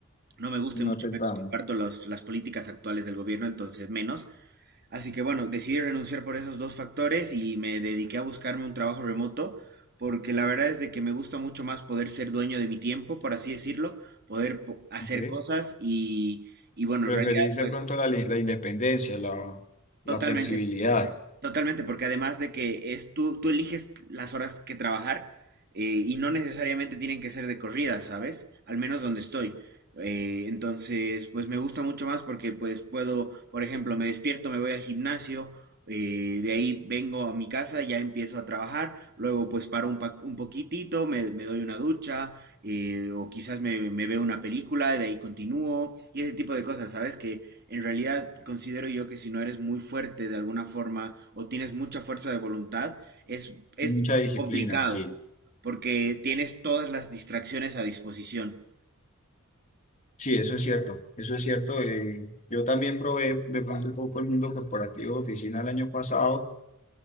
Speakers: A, on the right (about 45°); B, on the left (about 35°).
A: no me gusta y
B: No
A: mucho
B: te
A: menos
B: tramo.
A: comparto los- las políticas actuales del gobierno, entonces menos. Así que bueno, decidí renunciar por esos dos factores y me dediqué a buscarme un trabajo remoto porque la verdad es de que me gusta mucho más poder ser dueño de mi tiempo, por así decirlo, poder po- hacer
B: Ok.
A: cosas y, y bueno, en
B: Preferís
A: realidad pues
B: de pronto la, li- la independencia, la,
A: totalmente
B: la flexibilidad,
A: Totalmente, porque además de que es tú, tú eliges las horas que trabajar eh, y no necesariamente tienen que ser de corrida, ¿sabes? Al menos donde estoy. Eh, entonces, pues me gusta mucho más porque pues puedo, por ejemplo, me despierto, me voy al gimnasio, eh, de ahí vengo a mi casa, ya empiezo a trabajar, luego pues paro un, pa- un poquitito, me, me doy una ducha eh, o quizás me, me veo una película, de ahí continúo y ese tipo de cosas, ¿sabes? Que en realidad, considero yo que si no eres muy fuerte de alguna forma o tienes mucha fuerza de voluntad, es, es
B: mucha disciplina,
A: complicado
B: sí.
A: porque tienes todas las distracciones a disposición.
B: Sí, eso es cierto, eso es cierto. eh, yo también probé de pronto un poco el mundo corporativo de oficina el año pasado,